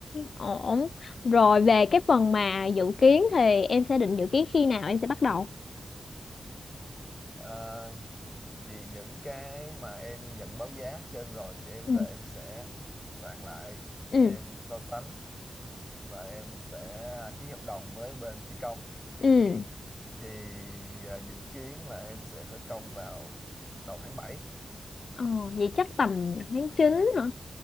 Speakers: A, on the left; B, in the centre.
A: ổn rồi về cái phần mà dự kiến thì em sẽ định dự kiến khi nào em sẽ bắt đầu
B: Ờ, thì những cái mà em nhận báo giá trên rồi thì em
A: Ừ.
B: là em sẽ soạn lại
A: ừ
B: em so sánh và em sẽ ký hợp đồng với bên thi công
A: ừ
B: thì à, dự kiến là em sẽ khởi công vào đầu tháng bảy
A: ờ, vậy chắc tầm tháng 9 hả